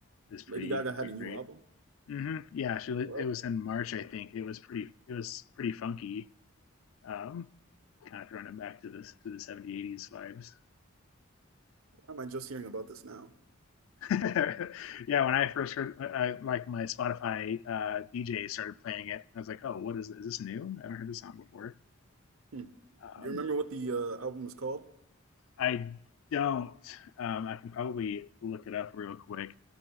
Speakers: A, on the left; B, on the right.
A: is
B: Lady
A: pretty
B: Gaga had
A: pretty
B: a new
A: great.
B: album
A: hmm Yeah, she
B: for the
A: it
B: world.
A: was in March, I think. It was pretty it was pretty funky. Um, kind of throwing it back to this to the 70s, 80s vibes.
B: Why am I just hearing about this now?
A: <laughs> yeah, when I first heard, uh, I, like my Spotify uh, DJ started playing it, I was like, "Oh, what is this? Is this new? I haven't heard this song before."
B: Hmm.
A: Um,
B: Do you remember what the uh, album was called?
A: I don't. Um, I can probably look it up real quick,